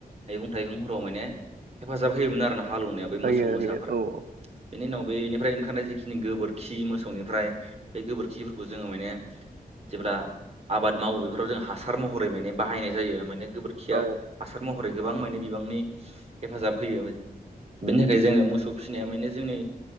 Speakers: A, on the right (about 40°); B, on the right (about 65°).
A: मैगं थाइगंफोराव माने हेफाजाब होयोमोन आरोना। हालौवनायाव बे
B: होयो
A: मोसौ मोसाफ्रा
B: होयो औ
A: बेनि उनाव बेनिफ्राय ओंखारनाय जिखिनि गोबोरखि मोसौनिफ्राय बे गोबोरखिफोरखौ जोङो माने जेब्ला आबाद मावो बेफोराव जों हासार महरै माने बाहायनाय जायो माने गोबोरखिया
B: औ
A: हासार महरै गोबां मे बिबांनि हेफाजाब होयो। बिनि थाखाय जोङो मोसौ फिसिनाया माने जोंनि